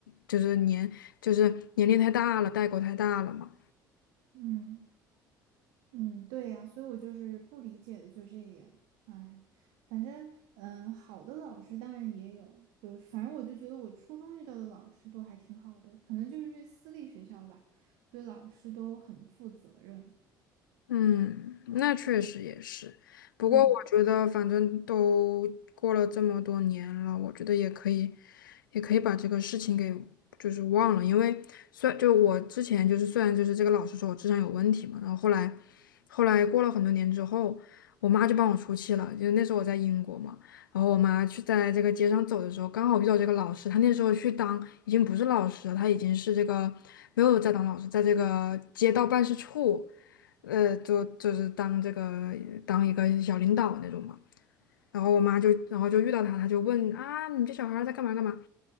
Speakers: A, on the left; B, on the right.
A: 就是年就是年龄太大了，代沟太大了嘛。
B: 嗯嗯，对呀，所以我就是不理解的就这一点。哎，反正嗯，好的老师当然也有，比如反正我就觉得我初中遇到的老师都还挺好的，可能就是因为私立学校吧，所以老师都很负责任。
A: 嗯，那确实也是。不过我觉得，
B: 嗯。
A: 反正都过了这么多年了，我觉得也可以，也可以把这个事情给就是忘了。因为虽然就我之前就是虽然就是这个老师说我智商有问题嘛，然后后来后来过了很多年之后，我妈就帮我出气了。就那时候我在英国嘛，然后我妈去在这个街上走的时候，刚好遇到这个老师。她那时候去当已经不是老师了，她已经是这个没有在当老师，在这个街道办事处。呃，就就是当这个当一个小领导那种嘛。然后我妈就，然后就遇到他，他就问啊，你这小孩儿在干嘛干嘛？